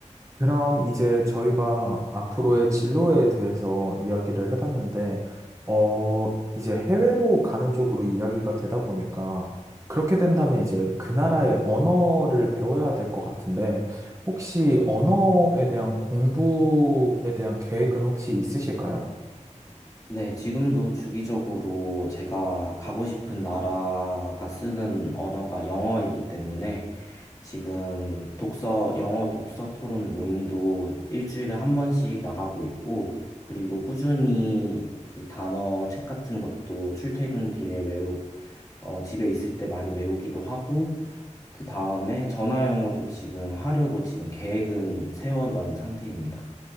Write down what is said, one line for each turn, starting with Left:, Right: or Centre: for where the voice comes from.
Right: 그럼 이제 저희가 앞으로의 진로에 대해서 이야기를 해봤는데, 어, 이제 해외로 가는 쪽으로 이야기가 되다 보니까, 그렇게 된다면 이제 그 나라의 언어를 배워야 될 것 같은데, 혹시 언어에 대한 공부에 대한 계획은 혹시 있으실까요?
Left: 네, 지금도 주기적으로 제가 가고 싶은 나라가 쓰는 언어가 영어이기 때문에 지금 독서, 영어 독서 토론 모임도 일주일에 한 번씩 나가고 있고, 그리고 꾸준히 그 단어 책 같은 것도 출퇴근길에 외우, 어, 집에 있을 때 많이 외우기도 하고, 그 다음에 전화 영어도 지금 하려고 지금 계획은 세워놓은 상태입니다.